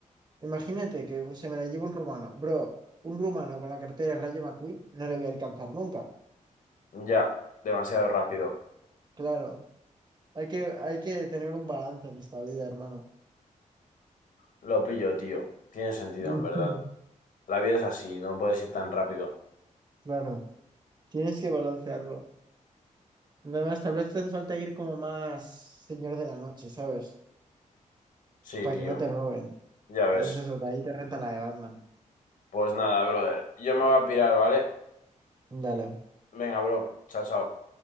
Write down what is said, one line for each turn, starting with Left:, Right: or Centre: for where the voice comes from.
Right: Imagínate que se me la lleve un rumano. Bro, un rumano con la cartera de Rayo McQueen no le voy a alcanzar nunca.
Left: Ya, demasiado rápido.
Right: Claro, hay que, hay que tener un balance en esta vida, hermano.
Left: Lo pillo, tío. Tiene sentido,
Right: <laughs> Ujú,
Left: en verdad. La vida es así, no puedes ir tan rápido.
Right: Claro, tienes que balancearlo. Nada más, tal vez te hace falta ir como más señor de la noche, ¿sabes?
Left: Sí,
Right: Para
Left: tío.
Right: que no te roben.
Left: Ya ves.
Right: Es eso, de ahí te renta la de Batman.
Left: Pues nada, brother. Yo me voy a pirar, ¿vale?
Right: Dale.
Left: Venga, bro. Chao, chao.